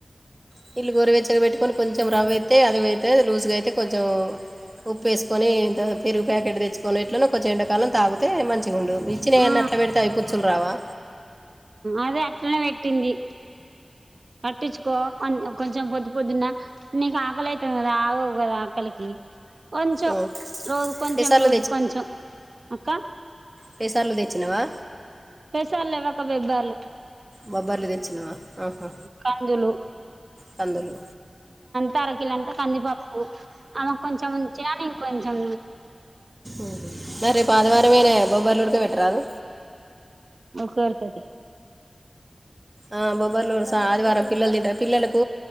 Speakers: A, on the right; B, on the right.
A: నీల్లు గోరవెచ్చగా పెట్టుకొని కొంచెం రవ్వ ఎత్తే అది <unintelligible> లూజుగా అయితే కొంచెం ఉప్పు వేసుకొని ఇంత పెరుగు ప్యాకెట్ తెచ్చుకొని ఇట్లనే కొంచెం ఎండాకాలం తాగితే మంచి గుండు ఇచ్చిన
B: ఆ
A: వన్నీ అట్లే పెడితే అయి పుచ్చులు రావా
B: అదే అట్లనే పెట్టింది పట్టించుకో కొంచెం పొద్దు పొద్దున నీకు ఆకలి అయితుంది కదా ఆగవు కదా ఆకలికి కొంచెం
A: ఆ.
B: రోజు కొంచెం
A: పెసర్లు
B: రోజు కొంచెం అక్క
A: పేసర్లు తెచ్చినవా
B: పెసలు లేవు అక్క బెబ్బర్లు
A: బబ్బర్లు తెచ్చినావా ఆహా
B: కందులు
A: కందులు
B: తరకిల అంతా కందిపప్పు ఆమెకు కొంచెం ఉంచినా నేను కొంచం
A: ఉహు రేపు ఆదివారం నే నాయే బొబ్బర్లు ఉడక పెట్టరాదు
B: ఉడక బెడతా తీ
A: ఆ బొబ్బర్లు ఆదివారం పిల్లలు తింటారు పిల్లలకు